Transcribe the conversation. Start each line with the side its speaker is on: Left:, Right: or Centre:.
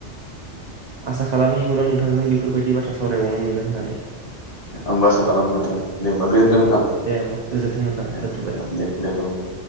Right: आसा खालामो इयुनाव नोंथांजों बि बेफोरबायदि बाथ्रा सावरायबावनो मोनगोन होननानै
Left: आंबो आसा खालामो नोंथां जेनबा गोजोनथों औ
Right: दे अब्ला गोजोन्थों नोंथां
Left: ए
Right: दोनथ'बाय
Left: औ दे दोनथ'बाय औ